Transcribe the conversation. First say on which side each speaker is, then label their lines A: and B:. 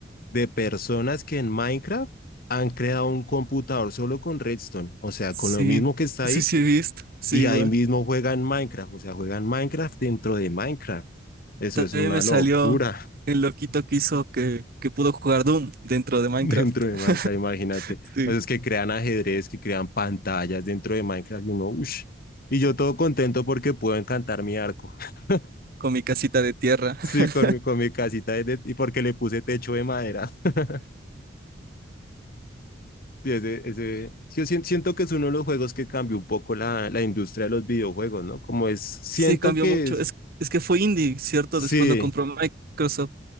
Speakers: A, on the left; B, on the right.
A: de personas que en Minecraft han creado un computador solo con Redstone, o sea,
B: sí,
A: con lo mismo que está
B: sí,
A: ahí
B: sí, he visto, sí,
A: Y
B: igual.
A: ahí mismo juegan Minecraft, o sea, juegan Minecraft dentro de Minecraft. Eso
B: También
A: es una
B: me salió
A: locura
B: el loquito que hizo que, que pudo jugar Doom dentro
A: <laughs>
B: de Minecraft,
A: dentro de Minecraft, imagínate.
B: <laughs> sí,
A: Pues es que crean ajedrez, que crean pantallas dentro de Minecraft y uno, uff. Y yo todo contento porque puedo encantar mi arco. <laughs>
B: con mi casita de tierra.
A: Sí,
B: <laughs>
A: con mi, con mi casita de- y porque le puse techo de madera. <laughs> Sí, ese, ese, sí, yo sien- siento que es uno de los juegos que cambió un poco la, la industria de los videojuegos, ¿no? Como es, siento
B: Sí, cambió
A: que
B: mucho.
A: es,
B: Es, es que fue indie, ¿cierto?
A: sí,
B: Después lo compró Microsoft.